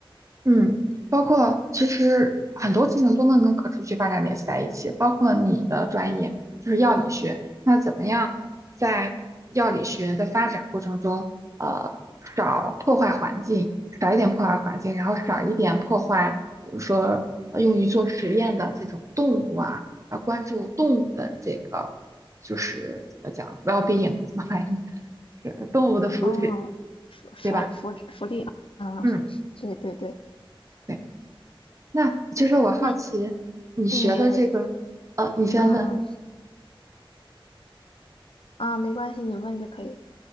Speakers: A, on the right (about 35°); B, on the left (about 70°).
A: 嗯，包括其实很多事情都能跟可持续发展联系在一起，包括你的专业就是药理学，那怎么样在药理学的发展过程中，呃，少破坏环境，少一点破坏环境，然后少一点破坏，比如说呃用于做实验的这种动物啊，要关注动物的这个就是怎么讲 well-being 怎么翻译，<laughs> 是动物的福祉，
B: 啊，福福福福利，
A: 对吧？
B: 啊，
A: 嗯。
B: 对对对。
A: 对。那就是我好奇你学的这个，
B: 那。你嗯
A: 呃，你先问，
B: 嗯啊，没关系，你问就可以。